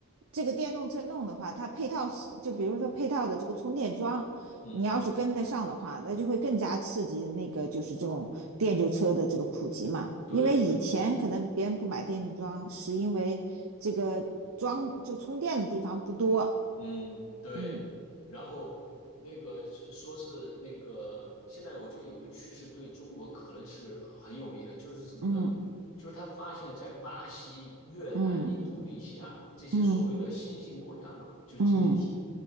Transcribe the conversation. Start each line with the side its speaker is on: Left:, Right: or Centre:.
Right: 这个电动车弄的话，它配套是就比如说配套的这个充电桩，
Left: 嗯，
Right: 你要是跟得上的话，那就会更加刺激那个就是这种电就车的这个普及嘛。
Left: 对，
Right: 因为以前可能别人不买电动桩，是因为这个装就充电的地方不多。
Left: 嗯，对。
Right: 嗯
Left: 然后那个是说是那个，现在我觉得有个趋势对中国可能是很有利的，就是什么呢？
Right: 嗯
Left: 就是他发现，在巴西、越南、
Right: 嗯
Left: 印度尼西亚这些所谓的新兴国家嘛，
Right: 嗯
Left: 就经济体，
Right: 嗯